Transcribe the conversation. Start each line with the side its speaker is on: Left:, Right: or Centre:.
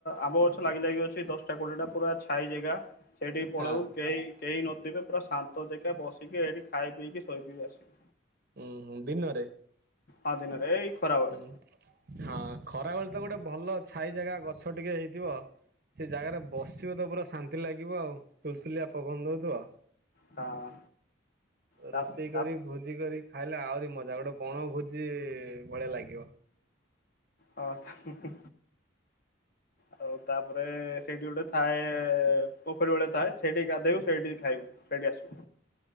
Left: ଆମ୍ବ ଗଛ ଲାଗି ଲାଗି ଅଛି। ଦଶଟା କୋଡିଏ ଟା ପୁରା ଛାଇ ଜାଗା ସେଇଠି ପଳଉ
Right: ହଁ
Left: କେହି କେହି ନଥିବେ ପୁରା ଶାନ୍ତ ଜାଗା ବସିକି ଏଇଠି ଖାଇ ପିଇକି ଶୋଇକି ଆସିଲୁ।
Right: ହୁଁ ହୁଁ ଦିନରେ?
Left: ହ ଦିନରେ ଏଇ ଖରାବେଳେ
Right: ଉଁ ହଁ ଖରା ବେଳେ ତ ଗୋଟେ ଭଲ ଛାଇ ଜାଗା ଗଛ ଟିକେ ହେଇଥିବ। ସେ ଜାଗାରେ ବସିବ ତ ପୁରା ଶାନ୍ତି ଲାଗିବ ଆଉ ସୁଲସୁଲିଆ ପବନ ଦଉଥିବ ଆଉ।
Left: ହଁ ତା
Right: ରୋଷେଇ
Left: ତା
Right: କରି ଭୋଜି କରି। ଖାଇଲେ ଆହୁରି ମଜା ଗୋଟେ ବଣ ଭୋଜି ଭଳିଆ ଲାଗିବ।
Left: ହ ହୁଁ ହୁଁ। ଆଉ ତାପରେ ସେଇଠି ଗୋଟେ ଥାଏ ପୋଖରୀ ଭଳିଆ ଥାଏ ସେଠି ଗାଧେଇବୁ ସେଇଠି ଖାଇବୁ। ଏଇଠି ଆସୁ।